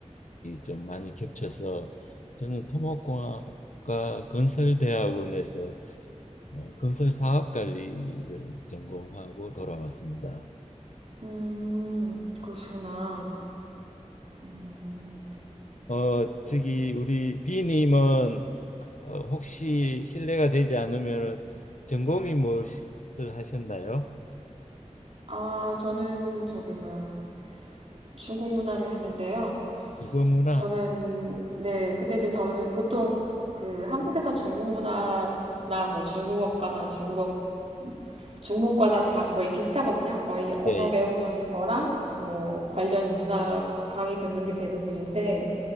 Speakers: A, on the left; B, on the right.
A: 좀 많이 겹쳐서 저는 토목공학과 건설대학원에서 어, 건설 사업 관리를 전공하고 돌아왔습니다.
B: 음, 그러시구나. 음,
A: 어, 저기 우리 비님은 어, 혹시 실례가 되지 않으면 전공이 무엇을 하셨나요?
B: 아 저는 저기 뭐야 중국 문화를 했는데요.
A: 국어문화.
B: 저는 네 근데 이제 저는 보통 그 한국에서 중국 문화나 뭐 중국어과나 중국어 중문과나 다 거의 비슷하거든요. 거의 언어
A: 예,
B: 배우는
A: 예,
B: 거랑 뭐 관련 문화 강의 듣는 게 대부분인데